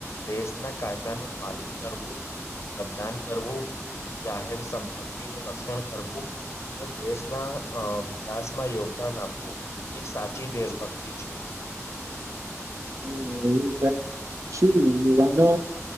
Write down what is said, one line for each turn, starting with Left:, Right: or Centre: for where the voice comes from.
Left: દેશના કાયદાનું પાલન કરવું મતદાન કરવું જાહેર સંપત્તિ નું રક્ષણ કરવું અને દેશના વિકાસમાં યોગદાન આપવું એ સાચી દેશભક્તિ છે <inaudible>
Right: હમ એું છે શું યુવાનો